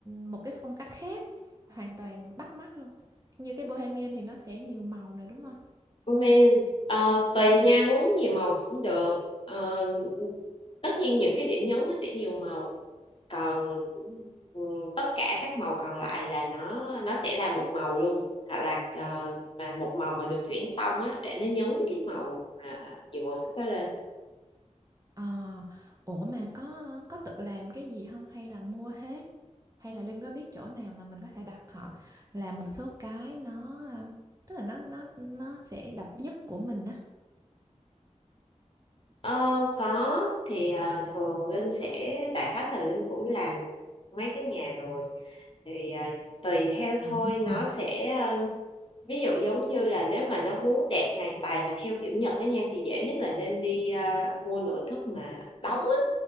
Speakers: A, on the right; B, on the left.
A: một cái phong cách khác hoàn toàn bắt mắt luôn như cái Bohemian thì nó sẽ nhiều màu này đúng không
B: Ủa mẹ, ờ, tùy nha muốn nhiều màu cũng được Ờ, tất nhiên những cái điểm nhấn nó sẽ nhiều màu còn
A: Ừ.
B: ừ, tất cả các màu còn lại là nó nó sẽ là một màu luôn hoặc là ờ, mà một màu mà được chuyển tông á để nó nhấn cái màu mà nhiều màu sắc đó lên
A: Ờ, ủa mà có có tự làm cái gì không hay là mua hết hay là Linh có biết chỗ nào mà mình có thể đặt họ làm một số cái nó um, tức là nó nó nó sẽ độc nhất của mình á
B: Ờ, có thì ờ, thường Linh sẽ đại khái là Linh cũng làm mấy cái nhà rồi thì ờ, tùy theo
A: Ừm,
B: thôi nó
A: ừm,
B: sẽ ờ, ví dụ giống như là nếu mà nó muốn đẹp hoàn toàn mà theo kiểu Nhật á nha thì dễ nhất là nên đi ờ, mua nội thất mà đóng á